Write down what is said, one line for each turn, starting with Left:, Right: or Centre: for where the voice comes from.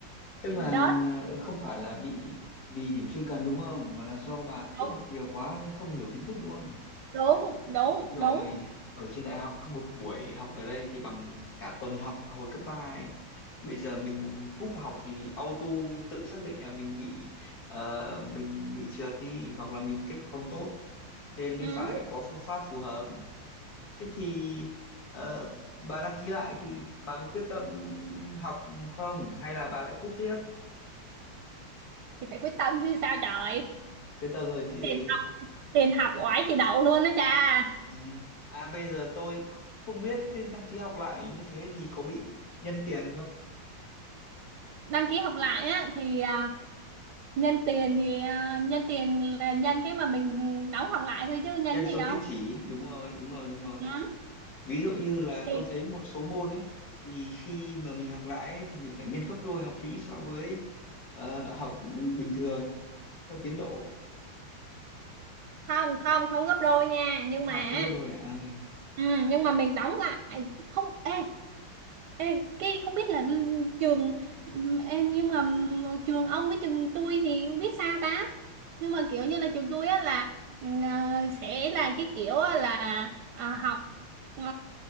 Left: tức
Right: rớt
Left: là à, không phải là bị vì điểm chuyên cần đúng không? Mà là do bà cúp
Right: đúng
Left: học nhiều quá nên không hiểu kiến thức đúng không?
Right: đúng đúng
Left: Đúng rồi,
Right: đúng
Left: ở trên đại học cứ một buổi học ở đây thì bằng cả tuần học hồi cấp ba. ấy. Bây giờ mình cúp học thì auto tự xác định là mình bị ờ, mình bị trượt đi hoặc là mình kết quả không tốt nên
Right: ừ.
Left: mới phải có phương pháp phù hợp. Thế thì ờ, bà đăng ký lại thì bà có quyết tâm học không hay là bà lại cúp tiếp
Right: thì phải quyết tâm chứ sao trời
Left: cái tờ người chị
Right: tiền
Left: đấy
Right: tiền học oải chị đậu luôn đó cha
Left: ừ. à bây giờ tôi cũng không biết thế đăng ký học lại như thế thì có bị nhân tiền không
Right: đăng ký học lại á thì à, nhân tiền thì à, nhân tiền là nhân cái mà mình đóng học lại thôi chứ nhân
Left: nhân số
Right: gì đâu
Left: tín chỉ đúng rồi đúng rồi đúng rồi
Right: ừ.
Left: ví dụ như là
Right: thì
Left: tôi thấy một số môn ấy thì khi mà mình học lại ấy, thì mình phải nhân gấp đôi học phí so với ờ, học bình thường theo tiến độ
Right: không không không gấp đôi nha nhưng
Left: à
Right: mà
Left: không gấp đôi à Ừ,
Right: ừ, nhưng mà mình đóng lại không ê ê cái không biết là trường em nhưng mà trường ông với trường tôi thì không biết sao ta nhưng mà kiểu như là trường tôi á là ừ, ờ, sẽ là cái kiểu á là ờ, học ờ,